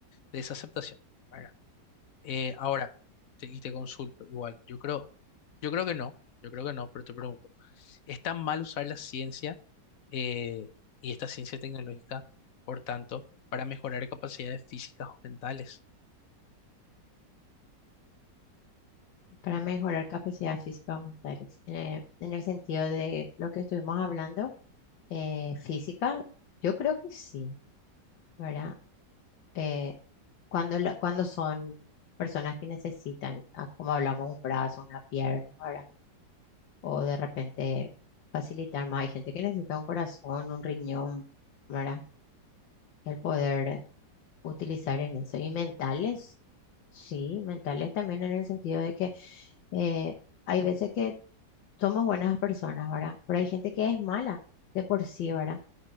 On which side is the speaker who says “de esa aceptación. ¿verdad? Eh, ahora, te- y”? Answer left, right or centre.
Left